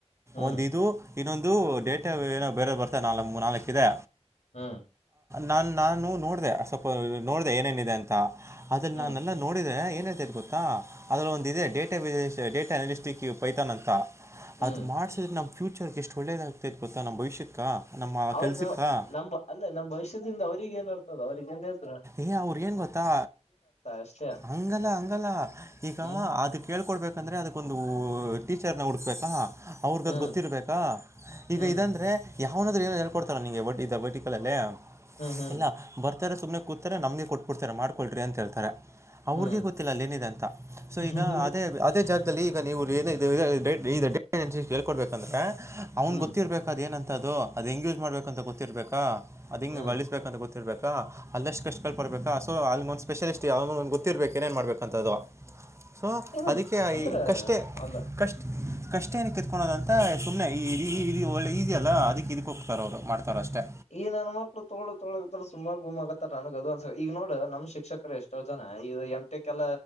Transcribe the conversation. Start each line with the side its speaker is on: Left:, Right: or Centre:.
Left: ಹ್ಮ್
Right: ಒಂದು ಇದು ಇನ್ನೊಂದು ಡೇಟಾ ಏನೋ ಬೇರೆ ಬರ್ತಾ ನಾಲ್ ನಾಲ್ಕಿದೆ
Left: ಹ್ಮ
Right: ನಾನು ನಾನು ನೋಡಿದೆ ಸ್ವಲ್ಪ ನೋಡಿದೆ ಏನೇನಿದೆ ಅಂತ ಅದನ್ನ
Left: ಹ್ಮ್
Right: ನಾವೆಲ್ಲ ನೋಡಿದ್ರೆ ಏನ್ ಏನಿದೆ ಗೊತ್ತಾ ಅದ್ರಲ್ಲಿ ಒಂದ ಇದೆ ಡೇಟ <unintelligible> ಅನಾಲಿಸ್ಟಿಕ್ ಪೈತನ್ ಅಂತ
Left: ಹ್ಮ್
Right: ಅದು ಮಾಡ್ಸಿದ್ರೆ ನಮ್ಮ್ ಫ್ಯೂಚರ್ ಫ್ಯೂಚರ್ ಗೆಷ್ಟು ಒಳ್ಳೇದಾಗ್ತೈ ಗೊತ್ತ ನಮ್ಮ ಭವಿಷ್ಯಕ್ಕೆ ನಮ್ಮ
Left: ಅವ್ರ
Right: ಕೆಲ್ಸಕ್ಕೆ
Left: ನ ನಮ್ಮ ಅಲ್ಲ ನಮ್ಮ್ ಭವಿಷ್ಯದಿಂದ ಅವ್ರಗ ಏನರ್ತದ ಅವ್ರಗೇನ್ <unintelligible>
Right: ಏ ಅವ್ರ ಏನ್ ಗೊತ್ತಾ
Left: ಅಷ್ಟೇ
Right: ಹಂಗಲ್ಲ ಹಂಗಲ್ಲ ಈಗ
Left: ಹ್ಮ್
Right: ಅದು ಕೇಳ ಕೊಡ್ಬೇಕಂದ್ರೆ ಅದಕ್ಕೊಂದು ಟೀಚರ್ನ ಹುಡ್ಕ್ಬೇಕಾ ಅವ್ರಗ
Left: ಹ್ಮ್
Right: ಅದು ಗೊತ್ತಿರ್ಬೇಕಾ ಈಗ
Left: ಹ್ಮ್
Right: ಇದಂದರೆ ಯಾವನಾದ್ರೂ ಏ ಹೇಳ್ಕೊಡ್ತಾರ ನಿಂಗೆ ವರ್ಟಿಕಲ್ ನಲ್ಲಿ
Left: ಹ್ಮ್ ಹ್ಮ್
Right: ಬರ್ತಾರೆ ಸುಮನೆ ಕೂತಾರೆ ನಮ್ಗೆ ಕೊಟ್ಬ ಬಿಡ್ತಾರೆ ಮಾಡ್ಕೊಳ್ರಿ ಅಂತ ಹೇತಾರೆ ಅವ್ರಿಗೆ
Left: ಹ್ಮ್
Right: ಗೊತ್ತಿಲ್ಲ ಅಲ್ಲಿ ಏನಿದೆ ಅಂತ ಸೊ ಈಗ
Left: ಹ್ಮ್
Right: ಅದೇ ಅದೇ ಜ ಈಗ ನೀ <unintelligible> ಹೇಳ್ಕೊಬೇಕಂದ್ರೆ ಅವ್ನಿಗ್
Left: ಹ್ಮ್
Right: ಗೊತ್ತಿರ್ಬೇಕು ಅದು ಏನ ಅದು ಅದು ಹೆಂಗ ಯೂಸ್ ಮಾಡ್ಬೇಕ ಅಂತ ಗೊತ್ತಿರ್ಬೇಕಾ ಅದು ಹಿಂಗ
Left: ಹ್ಮ್
Right: ಬಳಸ್ಬೇಕಂತ ಗೊತ್ತಿರ್ಬೇಕಾ ಅಲ್ಲೆಸ್ಟ್ ಕಷ್ಟಗಳ್ ಪಡ್ಬೇಕ ಸೊ ಅಲ್ಲಿ ಒಂದ್ ಸ್ಪೆಷಲಿಸ್ಟ್ ಗೊತ್ತಿರ್ಬೇಕ ಏನೇನ್ ಮಾಡ್ಬೇಕ ಅಂತದು ಸೊ
Left: ಏನಂದ
Right: ಅದಕ್ಕೆ
Left: ಅಂದ್ರ
Right: ಕಷ್ಟೇ
Left: ಅಲ್ಲ
Right: ಕಷ್ಟ ಕಷ್ಟ ಏನ ಕಿತ್ಕೋದಂತ ಸುಮ್ಮ್ನೆ ಈ ಇ ಇ ಒಳ್ಳೆ ಈಸಿ ಅಲ್ಲ ಅದಕ್ಕೆ ಇದಕೊಗ್ತಾರೆ ಅವ್ರು ಮಾಡ್ತಾರೆ ಅಷ್ಟೇ
Left: ಈಗ ನನ್ ಮಕ್ಳು ತೊಳು ತೊಳ ಸುಮ್ಮ <unintelligible> ಗತ್ತಾರ ನನಗ ಅದು ಅನ್ಸ ಈಗ ನೋಡ್ ನಮ್ ಶಿಕ್ಷಕರು ಎಷ್ಟೋ ಜನ ಈಗ ಎಂ ಟೆಕ್ ಎಲ್ಲ